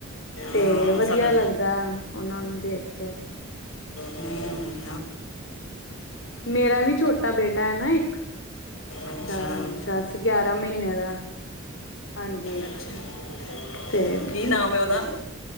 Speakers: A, on the left; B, on the left.
A: ਤੇ
B: ਹਾਂ,
A: ਵਧੀਆ
B: ਸਾਡਾ
A: ਲੱਗਦਾ ਉਹਨਾਂ ਨੂੰ ਦੇਖ ਕੇ
B: ਹੁਅ
A: ਮੇਰਾ ਵੀ ਛੋਟਾ ਬੇਟਾ ਏ ਨਾ ਇੱਕ
B: ਅੱਛਾ
A: ਦ ਦੱਸ, ਗਿਆਰਾਂ ਮਹੀਨੇ ਦਾ ਹਾਂਜੀ।
B: ਅੱਛਾ
A: ਤੇ ' <inaudible>
B: ਕੀ
A: '
B: ਨਾਮ ਹੈ ਉਹਦਾ